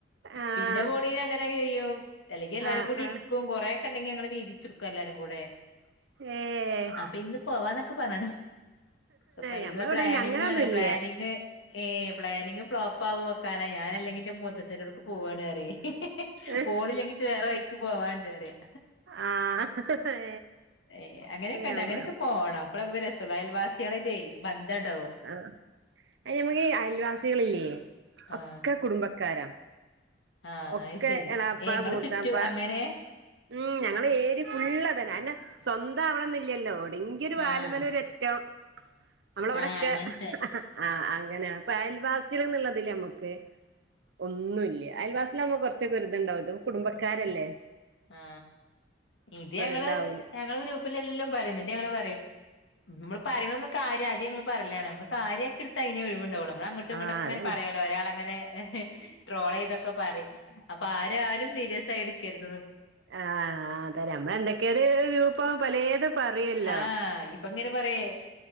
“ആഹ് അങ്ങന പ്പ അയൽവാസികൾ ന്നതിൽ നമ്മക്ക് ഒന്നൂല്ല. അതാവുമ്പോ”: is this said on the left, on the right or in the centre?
Right